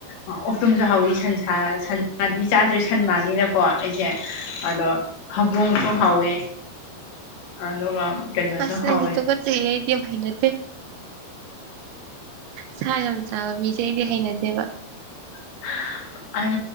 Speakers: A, on the left (about 85°); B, on the right (about 80°).
A: ꯑꯣꯛꯇꯣꯝꯁꯨ ꯍꯥꯎꯋꯤ ꯁꯟ ꯁꯥ ꯁꯟꯃꯗꯤ ꯆꯥꯗꯔꯦ ꯁꯟ ꯃꯥꯟꯅꯤꯅꯀꯣ ꯑꯩꯁꯦ ꯑꯗꯣ ꯍꯧꯗꯣꯡꯁꯨ ꯍꯥꯎꯋꯦ ꯑꯗꯨꯒ ꯀꯩꯅꯣꯁꯨ
B: ꯑꯁ
A: ꯍꯥꯎꯋꯦ
B: ꯅꯪꯗꯤ ꯇꯨꯀꯠꯆꯩꯍꯦ ꯑꯩꯗꯤ ꯌꯥꯝ ꯍꯩꯅꯗꯦ ꯁꯥ ꯌꯥꯝ ꯆꯥꯕ ꯃꯤꯁꯦ ꯑꯩꯗꯤ ꯍꯩꯅꯗꯦꯕ
A: <inaudible>